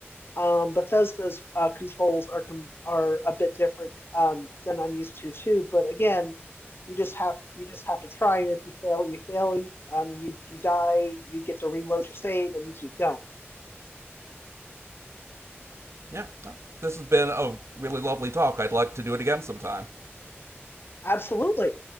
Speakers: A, on the left; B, on the right.
A: Um, Bethesda's uh, controls are com- are a bit different um, than I'm used to too. But again, you just have you just have to try, and if you fail, you fail. Um, you you die, you get to reload your save, and you keep going.
B: Yeah, no, this has been a really lovely talk. I'd like to do it again sometime.
A: Absolutely.